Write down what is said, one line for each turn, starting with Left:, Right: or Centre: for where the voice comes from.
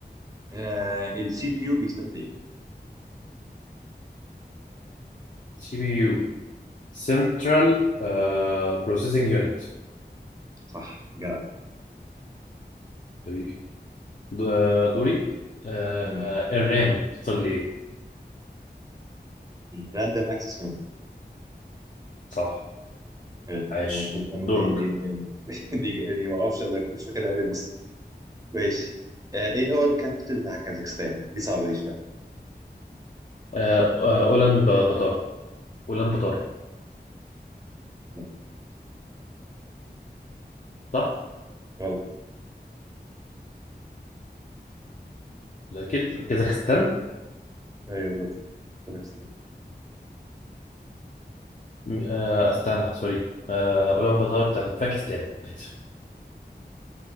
Right: آه... السي بي يو بيستند ليه؟
Left: سي بي يو سنترال بروسيسنج يونت
Right: صح جدع
Left: حبيبي د- آه، دوري آه،
Right: مم.
Left: آه، الرام اختصار ليه
Right: راندوم اكسس ميموري
Left: صح
Right: حلو
Left: عاش
Right: موجود انا
Left: دورك
Right: دي دي دي دي دي ما اعرفش انا كنت فاكرها قوي اصلا ماشي آه ايه هو الكابيتال بتاع كازاخستان دي صعبه دي شويه
Left: آه، آه، اولان ب- بطار اولان بطار
Right: لا
Left: صح
Right: غلط
Left: ولا اكيد كازاخستان
Right: ايوه بالظبط كازاخستان
Left: م- آه، استانا سوري آه، اولان بطار بتاع باكستان <laughs>